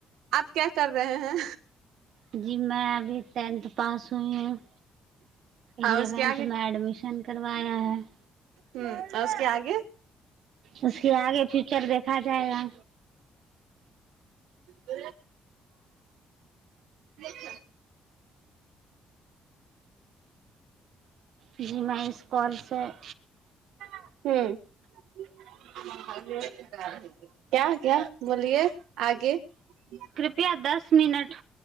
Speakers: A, on the right; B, on the right.
A: आप क्या कर रहे हैं
B: जी में अभी टेंथ पास हई हूँ एलेवेन्थमे
A: आ उसके आगे
B: एडमिशन करवाा है
A: हू औषके आे
B: उसके आगे फ्यूचर देखा जायगा
A: ब छ
B: जेीमे इसकॉल त
A: <unintelligible>
B: कृपया दस मिनट